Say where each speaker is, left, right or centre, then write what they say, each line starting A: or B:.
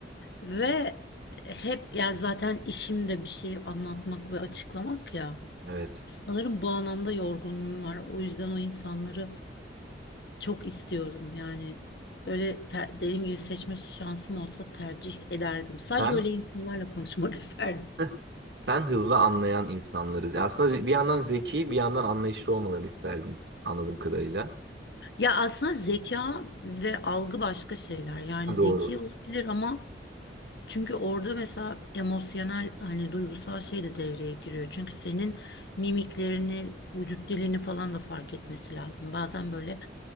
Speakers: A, on the left; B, on the right.
A: ve hep yani zaten işimde bir şey anlatmak ve açıklamak ya.
B: Evet.
A: Sanırım bu anlamda yorgunluğum var. O yüzden o insanları çok istiyorum yani. Öyle te- dediğim gibi seçme şansım olsa tercih ederdim. Sadece
B: Sen?
A: öyle insanlarla konuşmak <laughs> isterdim.
B: <laughs> Sen hızlı anlayan insanlarız. Aslında bir yandan zeki, bir yandan anlayışlı olmalarını isterdim anladığım kadarıyla.
A: Ya aslında zeka ve algı başka şeyler. Yani
B: Ha,
A: zeki
B: Doğru.
A: olabilir ama çünkü orada mesela emosyonel hani duygusal şey de devreye giriyor. Çünkü senin mimiklerini, vücut dilini falan da fark etmesi lazım. Bazen böyle